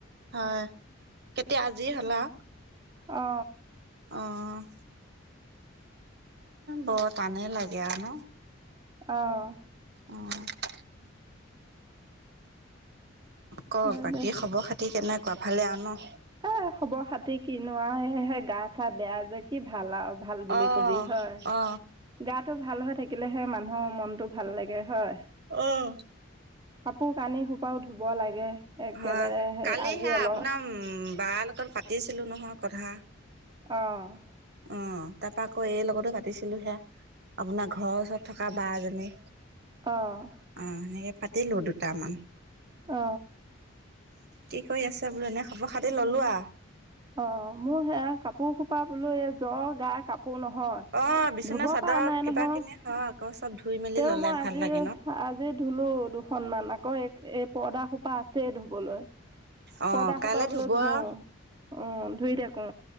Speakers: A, on the right; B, on the right.
A: হয়, কেতিয়া আজি হ'ল আও
B: অ
A: অ', বৰ টানে লাগে আৱ ন?
B: অঁ
A: অ কওক
B: হয়
A: বাকী
B: দে
A: খবৰ খাতি কেনেকুৱা ভালে আৰু ন?
B: এ খবৰ খাতি কিনো আৱ হে গাচা বেয়া যে কি ভাল আও ভাল বুলি
A: অ
B: কবি হয়।
A: অ
B: গাটো ভাল হৈ থাকিলেহে মানুহৰ মনটো ভাল লাগে হয়।
A: অ'।
B: কাপোৰ কানি সোপাও ধুব লাগে একেবাৰে
A: হয়,
B: সেই
A: কালিহে
B: আজি অলপ
A: আপোনাৰ বাৰ লগত পাতিছিলোঁ নহয় কথা।
B: অ'।
A: অ', তাৰপা আকৌ এই লগতো পাতিছিলোহে আপোনাৰ ঘৰৰ ওচৰত থকা বা এজনী।
B: অ'।
A: অ, সেনেকৈ পাতিলোঁ দুটামান।
B: অ
A: কি কৰি আছে বোলো এনেই খবৰ খাতি ললো আ
B: অ, মোৰ সেয়া কাপোৰ সোপা বোলো এই জ্বৰ গা কাপোৰ নহয়
A: অ', বিচনা
B: ধুব
A: চাদৰ
B: পৰা নাই
A: কিবা
B: নহয়
A: কিনি হও আকৌ চব ধুই মেলি
B: তেও
A: ললে
B: মই আজি
A: ভাল লাগে ন।
B: আজি ধুলো দুখনমান আকৌ এক এই পৰ্দা সোপা আছেই ধুবলৈ।
A: অ
B: পৰ্দা
A: কাইলৈ
B: সোপাবলো
A: ধুব
B: ধুও
A: আও
B: উম ধুই থাকো।